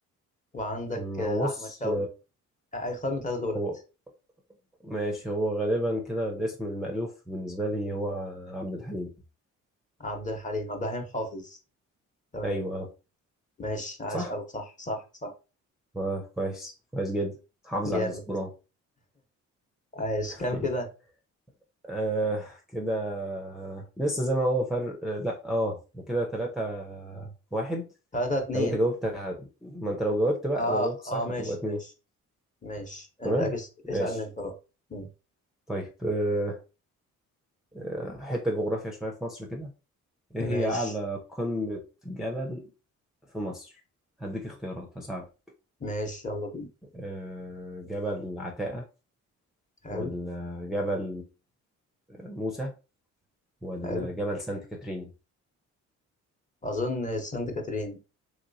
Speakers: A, on the left; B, in the centre.
A: وعندك
B: مم.
A: آه،
B: هو بص
A: احمد شوقي اختار من الثلاثه دولت
B: هو ماشي هو غالبا كده الاسم المألوف بالنسبة لي هو عبد الحليم
A: عبد الحليم عبد الحليم حافظ تمام
B: أيوة آه.
A: ماشي عاش
B: صح
A: او صح صح صح
B: آه كويس كويس جدا حافظ
A: جامد
B: على السكور أهو.
A: عاش
B: <laughs>
A: كام كده
B: آه كده آه، لسه زي ما هو فرق آه لا اه كده تلاتة واحد
A: ثلاثة اتنين
B: لو انت جاوبت هت- ما انت لو جاوبت بقى
A: اه
B: لو جاوبت صح
A: اه ماشي
B: هتبقى اتنين
A: ماشي ماشي انت
B: تمام
A: اكس اسألني
B: ماشي
A: انت بقى مم.
B: طيب آه آه، حتة جغرافيا شوية في مصر كده ايه هي
A: ماشي
B: أعلى قمة جبل في مصر هديك اختيارات هساعدك
A: ماشي يلا بينا
B: آه، جبل عتاقة
A: حلو
B: ولا جبل موسى ولا
A: حلو
B: جبل سانت كاترين
A: اظن سانت كاترين